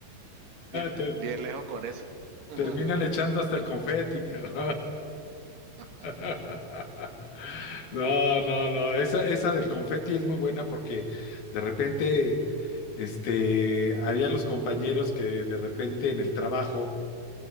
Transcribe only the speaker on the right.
Bien, le-
bien lejos con eso. <laughs>
Ajá.